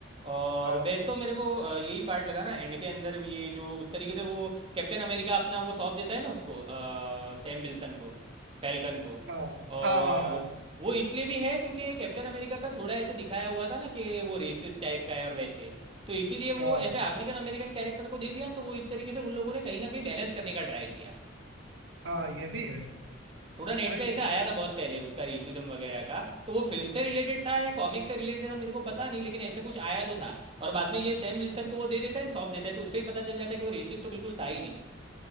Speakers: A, on the right (about 30°); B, on the right (about 75°).
A: और
B: हैं।
A: बेस्ट तो मेरे को अ, यही पार्ट लगा ना एंड के अंदर ये जो उस तरीके से वो कैप्टन अमेरिका अपना वो सौंप देता है ना उसको सैम विल्सन को फैल्कन को
B: हाँ
A: और
B: हाँ हाँ हाँ
A: वो इसलिए भी है क्योंकि कैप्टन अमेरिका का थोड़ा ऐसे दिखाया हुआ था ना कि वो रेसिस्ट टाइप का है और वैसे तो इसीलिए
B: हाँ
A: वो ऐसे अफ्रीकन अमेरिकन कैरेक्टर को दे दिया ना, तो वो इस तरीके से उन लोगों ने कहीं ना कहीं बैलेंस करने का ट्राई किया
B: हाँ ये भी है
A: थोड़ा नेट
B: भाई
A: पे
B: ब-
A: ऐसे आया था बहुत पहले उसका रेसिज्म वगैरह का तो वो फिल्म से रिलेटेड था या कॉमिक से रिलेटेड था मेरे को पता नहीं लेकिन ऐसे कुछ आया तो था और बाद में ये सैम विल्सन को वो दे देता है सौंप देता है तो उससे ही पता चल जाता है कि वो रेसिस्ट तो बिल्कुल था ही नहीं